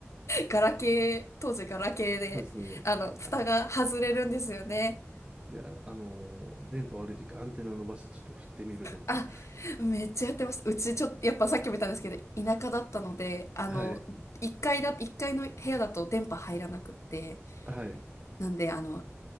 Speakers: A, on the left; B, on the right.
A: ガラケー、当時ガラケーで、
B: そうですね。
A: あの、蓋が外れるんですよね。
B: あの、で、あ、あの、電波悪い時アンテナ伸ばしてちょっと振ってみるとか。
A: あ、めっちゃやってました。うちちょっと、やっぱさっきも言ったんですけど、田舎だったので、あの、
B: はい。
A: 1階だ、一階の部屋だと電波入らなくって、
B: はい。
A: なんで、あの、